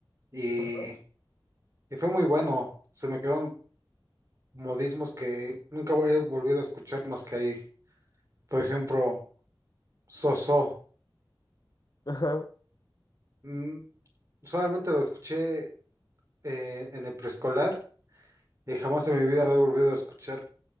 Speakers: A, on the right (about 35°); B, on the left (about 50°).
A: y,
B: Ajá.
A: y fue muy bueno. Se me quedaron modismos que nunca he volvido a escuchar más que ahí. Por ejemplo, soso.
B: <laughs> Ajá.
A: Mm, solamente lo escuché eh, en el preescolar y jamás en mi vida lo he volvido a escuchar.